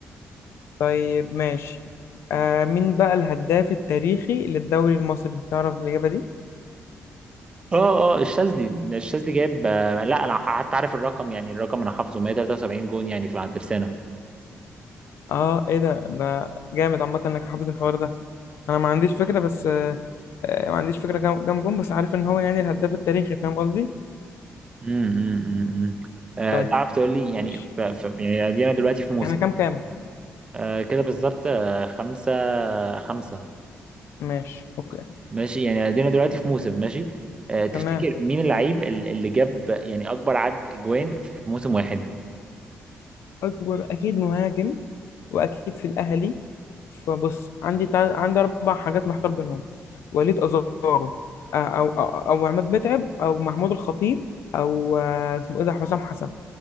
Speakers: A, on the left; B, on the right.
A: طيب ماشي آه مين بقى الهداف التاريخي للدوري المصري؟ تعرف الإجابة دي؟
B: اه اه الشاذلي الشاذلي جايب آه، لا انا حتى عارف الرقم يعني الرقم انا حافظه 173 جون يعني في على الترسانة
A: اه ايه ده ده جامد عامة انك حافظ الحوار ده انا ما عنديش فكرة بس آه، آه، ما عنديش فكرة كام كام جون بس عارف ان هو يعني الهداف التاريخي فاهم قصدي
B: امم امم امم آه،
A: طيب
B: تعرف تقول لي يعني
A: ماشي
B: ف... ف... يعني ادينا دلوقتي في موسم
A: احنا كام كام
B: آه كده بالظبط آه خمسة خمسة
A: ماشي اوكي
B: ماشي يعني ادينا دلوقتي في موسم ماشي آه، تفتكر
A: تمام
B: مين اللعيب ال- اللي جاب يعني اكبر عدد اجوان في موسم واحد
A: اكبر اكيد مهاجم واكيد في الاهلي فبص عندي تل... عندي اربع حاجات محتار بينهم وليد ازارو آه، او او او عماد متعب او محمود الخطيب او آه، اسمه ايه ده حسام حسن